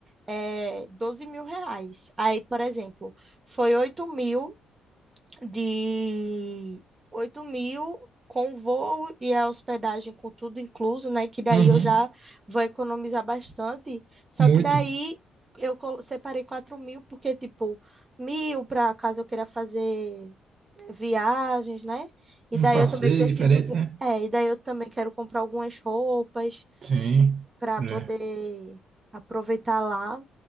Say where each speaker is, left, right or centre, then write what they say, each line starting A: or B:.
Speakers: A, on the right (about 25°); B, on the right (about 55°).
A: é, 12 mil reais. Aí, por exemplo, foi 8 mil de 8 mil com voo e a hospedagem com tudo incluso, né? Que daí
B: Uhum.
A: eu já vou economizar bastante. Só
B: Muito.
A: que daí eu colo- separei 4 mil, porque, tipo, mil para caso eu queira fazer né, viagens, né? E daí
B: Um passeio
A: eu também preciso.
B: diferente,
A: ver-
B: né?
A: É, e daí eu também quero comprar algumas roupas
B: Sim.
A: para
B: É.
A: poder aproveitar lá.